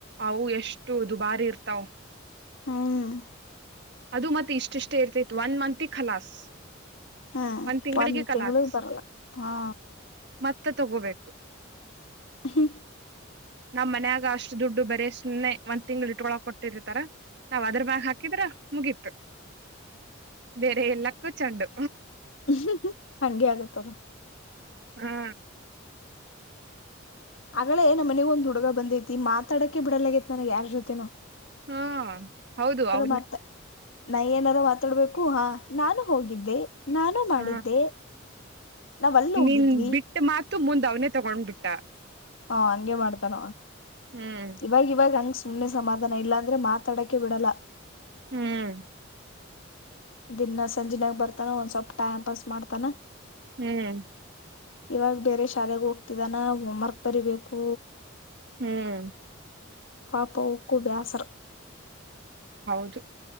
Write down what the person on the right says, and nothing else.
ಅವು ಎಷ್ಟು ದುಬಾರಿ ಇರ್ತಾವ
ಅದು ಮತ್ತೆ ಇಷ್ಟಿಷ್ಟೇ ಇರ್ತಿತ್ ಒನ್ ಮತ್ಗೆ ಖಲಾಸ್
ತಿಂಗಳಿಗೆ
ಕಲಾಸ್
ಮತ್ತೆ ತಗೋಬೇಕು
ನಮ್ಮ್ ಮನ್ಯಾಗ ಅಷ್ಟು ದುಡ್ಡು ಬರ ಸುಮ್ನೆ ಒಂದ್ ತಿಂಗ್ ಇಟ್ಕೊಳ ಕೊಟ್ಟಿರ್ತಾರ ನಾವ್ ಅದ್ರ ಬಾಗ ಹಾಕಿದ್ರ ಮುಗೀತು ಬೇರೆ ಎಲ್ಲಕ್ಕೂ ಚೆಂಡು
ಹಾ
ಹಾ ಹೌದು ಅವನು
ಹ
ನೀನ್ ಬಿಟ್ಟ ಮಾತು ಮುಂದ್ ಅವನೇ ತಗೊಂಡ್ ಬಿಟ್ಟಾ
ಹ್ಮ್
ಹ್ಮ್
ಹ್ಮ್
ಹ್ಮ್
ಹೌದು